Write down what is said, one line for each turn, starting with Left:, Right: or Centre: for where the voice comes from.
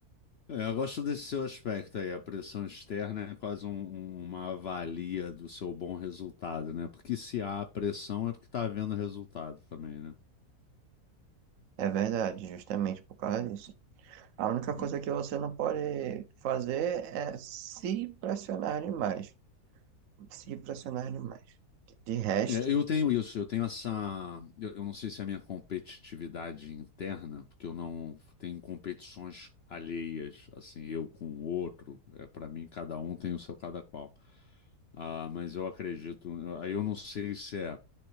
Left: É, Eu gosto desse seu aspecto aí, a pressão externa é quase um- um- uma avalia do seu bom resultado, né? Porque se há pressão é porque está havendo resultado também, né?
Right: É verdade, justamente por causa disso. A única
Left: Hum.
Right: coisa que você não pode fazer é se pressionar demais. Se pressionar demais. De resto,
Left: É, Eu
Right: é
Left: tenho isso, eu tenho essa. Eu, eu não sei se é a minha competitividade interna, porque eu não tenho competições alheias, assim, eu com o outro. É, para mim, cada um tem o seu cada qual. Ah, mas eu acredito. eu- Aí eu não sei se é